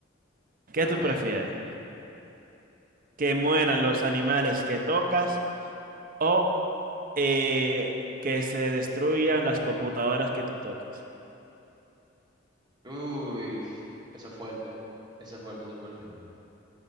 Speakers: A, on the right; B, on the right.
A: ¿Qué
B: ok,
A: tú prefieres?
B: ok, ok.
A: ¿Que mueran los animales que tocas o eh, que se destruyan las computadoras que tú toques?
B: Uy, eso es fuerte, eso es fuerte, eso es fuerte.